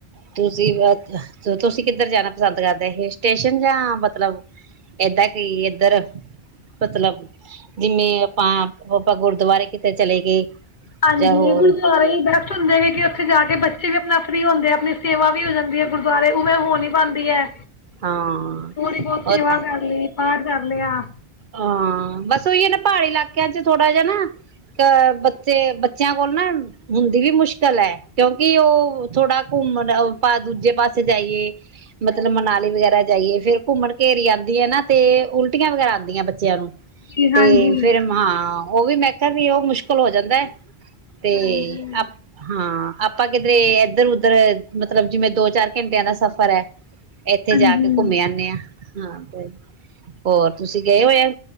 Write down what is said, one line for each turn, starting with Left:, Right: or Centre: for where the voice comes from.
Right: ਤੁਸੀ ਬ ਤੁਸੀਂ ਕਿੱਧਰ ਜਾਣਾ ਪਸੰਦ ਕਰਦੇ? ਇਹ ਸਟੇਸ਼ਨ ਜਾਂ ਮਤਲਬ ਏਦਾਂ ਕੀ ਏਧਰ ਮਤਲਬ ਜਿਵੇਂ ਆਪਾਂ ਗੁਰਦੁਆਰੇ ਕਿਤੇ ਚਲੇ ਗਏ।
Left: ਹਾਂਜੀ
Right: ਜਾਂ ਹੋਰ
Left: ਗੁਦੁਆਰੇ ਬੈਸਟ ਹੁੰਦੇ ਗ ਕਿ ਉੱਥੇ ਜਾ ਕੇ ਬੱਚੇ ਵੀ ਆਪਣਾ ਫਰੀ ਹੁੰਦੇ ਆ। ਆਪਣੀ ਸੇਵਾ ਵੀ ਹੋ ਜਾਂਦੀ ਹੈ ਗੁਰੂ ਬਾਰੇ ਉਵੇਂ <unintelligible> ਪਾਉਂਦੀ ਹੈ।
Right: ਹਾਂ।
Left: ਥੋੜ੍ਹੀ ਬਹੁਤ
Right: ਉਹ
Left: ਸੇਵਾ
Right: ਤੇ
Left: ਕਰ ਲਈ ਪਾਠ ਕਰ ਲਿਆ
Right: ਹਾਂ, ਬਸ ਹੀ ਨਾ ਪਹਾੜੀ ਇਲਾਕਿਆਂ ਚ ਥੋੜਾ ਜਿਹਾ ਨਾ ਅਹ ਬੱਚੇ। ਬੱਚਿਆਂ ਕੋਲ ਨਾ ਹੁੰਦੀ ਵੀ ਮੁਸ਼ਕਿਲ ਹੈ ਕਿਉਂਕਿ ਕਿ ਉਹ ਥੋੜਾ ਘੁੰਮਣ <unintelligible> ਦੂਜੇ ਪਾਸੇ ਜਾਈਏ ਮਤਲਬ
Left: ਹਾਂ
Right: ਮਨਾਲੀ ਵਗੈਰਾ ਜਾਈਏ ਫੇਰ ਘੁੰਮਣ ਘੇਰੀ ਆਉਂਦੀ ਹੈ। ਨਾ ਤੇ ਉਲਟੀਆਂ ਵਗੈਰਾ ਆਉਂਦੀਆਂ ਬੱਚੇ ਨੂੰ
Left: ਜੀ
Right: ਤੇ
Left: ਹਾਂਜੀ
Right: ਫਿਰ ਹਾਂ। ਉਹ ਵੀ ਮੈਂ ਕਿਹਾ ਵੀ ਉਹ ਮੁਸ਼ਕਿਲ ਹੋ ਜਾਂਦਾ ਤੇ
Left: ਹਾਂਜੀ
Right: ਹਾਂ ਆਪਾਂ ਕਿਧਰੇ ਇਧਰ ਉਧਰ। ਮਤਲਬ ਜਿਵੇਂ ਦੋ ਚਾਰ ਘੰਟਿਆਂ ਦਾ ਸਫ਼ਰ ਹੈ ਇੱਥੇ
Left: ਹਾਂਜੀ
Right: ਜਾ ਕੇ ਘੁੰਮੇ ਆਦੇ ਆਂ ਹਾਂ ਤੇ ਹੋਰ ਤੁਸੀਂ ਗਏ ਹੋਏ ਆ